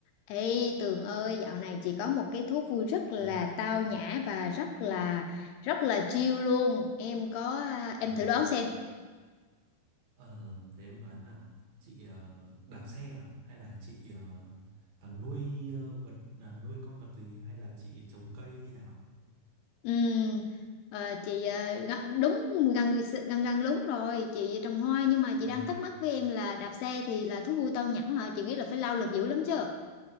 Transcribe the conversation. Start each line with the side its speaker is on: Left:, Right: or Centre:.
Left: Ê Tường ơi, dạo này chị có một cái thú vui rất là
Right: Dạ,
Left: tao nhã và rất là rất là chill luôn. Em có à,
Right: ờ,
Left: em thử đoán xem.
Right: ờ, thế em đoán nào, chị ờ, đạp xe à? Hay là chị ờ, ờ, nuôi ờ, vật ờ, nuôi con vật gì hay là chị trồng cây hay như nào?
Left: Ừm, ờ, chị à, gã- đúng gần gần gần đúng rồi, chị trồng hoa nhưng mà chị
Right: Ờ,
Left: đang thắc mắc với em là đạp xe thì là thú vui tao nhã hả? Chị nghĩ là phải lao lực dữ lắm chứ.